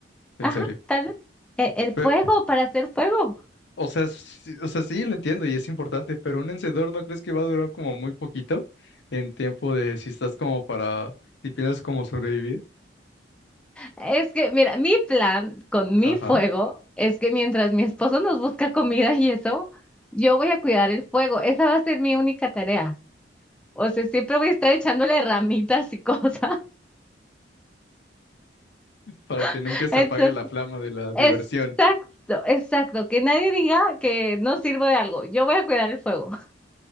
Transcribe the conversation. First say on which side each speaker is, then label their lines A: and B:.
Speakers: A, on the left; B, in the centre.
A: en
B: Ajá,
A: serio.
B: tal vez. E- El
A: Pero,
B: fuego para hacer fuego.
A: o sea, sí, o sea, sí, lo entiendo y es importante, pero un encendedor ¿no crees que va a durar como muy poquito en tiempo de si estás como para, si piensas como sobrevivir?
B: Es que, mira, mi plan con mi
A: Ajá.
B: fuego es que mientras mi esposo nos busca comida y eso, yo voy a cuidar el fuego. Esa va a ser mi única tarea. O sea, siempre voy a estar echándole ramitas y cosas.
A: Para que
B: <laughs>
A: nunca se
B: Entonces,
A: apague la flama de la diversión.
B: exacto, exacto. Que nadie diga que no sirvo de algo. Yo voy a cuidar el fuego.